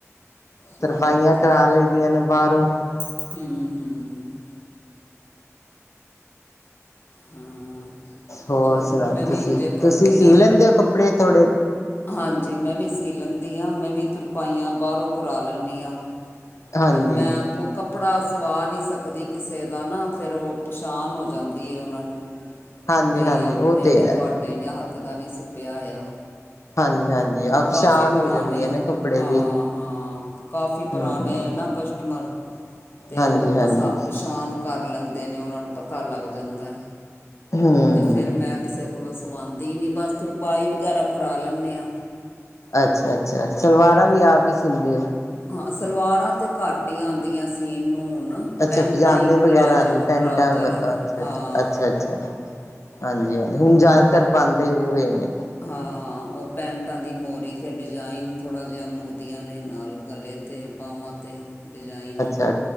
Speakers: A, on the left; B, on the left.
A: ਚਲੋ
B: ਤਰਪਾਈਆਂ
A: ਵਧੀਆ
B: ਕਰਾ ਲਈ ਦੀਆਂ ਨੇ ਬਾਹਰੋਂ।
A: <unintelligible> ਹਾਂ
B: ਹੋਰ
A: ਚਲੋ
B: ਸੁਣਾਓ,
A: ਮੈਂ ਵੀ
B: ਤੁਸੀਂ
A: ਇੰਜੇ ਕਰਦੀ
B: ਤੁਸੀਂ ਸੀ
A: ਹਾਂ
B: ਲੈਂਦੇ ਹੋ ਕੱਪੜੇ ਥੋੜੇ
A: ਹਾਂਜੀ, ਮੈਂ ਵੀ ਸੀ ਲੈਂਦੀ ਹਾਂ ਮੈਂ ਵੀ ਤੁਰਪਾਈਆਂ ਬਾਹਰੋਂ ਕਰਾ ਲੈਂਦੀ ਹਾਂ।
B: ਹਾਂਜੀ
A: ਪਰ ਮੈਂ ਆਪੁ ਕੱਪੜਾ ਸਵਾ ਨਹੀਂ ਸਕਦੀ ਕਿਸੇ ਦਾ ਨਾ, ਫਿਰ ਉਹ ਪਛਾਣ ਹੋ ਜਾਂਦੀ ਹੈ ਉਹਨਾਂ ਨੂੰ
B: ਹਾਂਜੀ
A: ਬਈ
B: ਹਾਂਜੀ
A: ਆਪਣੇ
B: ਉਹ ਤੇ
A: ਨੀ
B: ਹੈ
A: ਤੁਹਾਡੇ ਨੇ ਹੱਥ ਦਾ ਨਹੀਂੀ ਸਿਪਿਆ ਆਇਆ।
B: ਹਾਂਜੀ ਹਾਂਜੀ ਆ
A: ਕਾਫੀ
B: ਪਛਾਣ
A: ਪੁਰਾਣੇ
B: ਹੋ ਜਾਂਦੀ ਹੈ ਨਾ ਕੱਪੜੇ
A: ਹਾਂ
B: ਦੀ
A: ਹਾਂ ਕਾਫੀ ਪੁਰਾਣੇ
B: ਹਮ
A: ਨਾ ਕਸਟਮਰ ਤੇ
B: ਹਾਂਜੀ
A: ਉਹ
B: ਹਾਂਜੀ
A: ਪਸਾ ਪਛਾਣ ਕਰ ਲੈਂਦੇ ਨੇ ਉਹਨਾਂ ਨੂੰ। ਪਤਾ ਲੱਗ ਜਾਂਦਾ,
B: ਹਮ
A: ਤੇ ਫਿਰ ਮੈਂ ਕਿਸੇ ਕੋਲੋਂ ਸਵਾਉਂਦੀ ਹੀ ਨੀ ਬਸ ਤਰਪਾਈ ਵਗੈਰਾ ਕਰਾ ਲੈਂਨੇ ਆਾਂ।
B: ਅੱਛਾ ਅੱਛਾ ਸਲਵਾਰਾਂ ਵੀ ਆਪ ਕੇ ਸੀਲਦੇ ਹੋ
A: ਹਾਂ, ਸਲਵਾਰਾਂ ਤੇ ਘੱਟ ਹੀ ਆਂਦੀਆਂ ਸੀਨ ਨੂੰ ਹੁਣ।
B: ਅੱਛਾ
A: ਪੈਂਟਾਂ
B: ਪਜਾਮੇ
A: ਹੀ
B: ਵਗੈਰਾ
A: ਪਲਾਜੋ
B: ਪੈਂਟਾਂ
A: ਟਰਾਊਜ਼ਰ ਹਾਂ
B: ਅਛਾ
A: ਹਾਂ
B: ਅਛਾ ਅਛਾ ਹਾਂਜੀ ਹਾਂਜੀ ਹੁਣ ਜ਼ਿਆਦਾਤਰ
A: ਉਹ
B: ਪਾਉਂਦੇ ਉਹ ਇਹ ਨੇ‌।
A: ਹਾਂ, ਉਹ ਪੈਂਟਾਂ ਦੀ ਮੂਰੀ ਅਤੇ ਡਿਜ਼ਾਇਨ ਥੋੜ੍ਹਾ ਜਿਹਾ ਮੰਗਦੀਆਂ ਨੇ ਨਾਲ ਗਲੇ ਤੇ ਅਤੇ ਬਾਹਵਾਂ 'ਤੇ ਡਿਜ਼ਾਇਨ।
B: ਅੱਛਾ